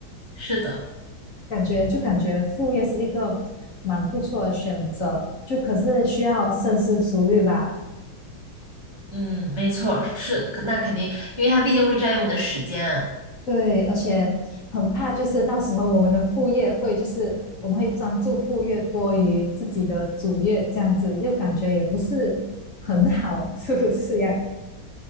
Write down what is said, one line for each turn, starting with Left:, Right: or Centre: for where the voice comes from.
Right: 是的，
Left: 感觉就感觉副业是一个蛮不错的选择，就可是需要深思熟虑吧。
Right: 嗯，没错，是，可那肯定，因为它毕竟会占用你的时间。
Left: 对，而且很怕就是到时候我们的副业会就是我们会专注副业多于自己的主业这样子，又感觉也不是很好，是不是呀？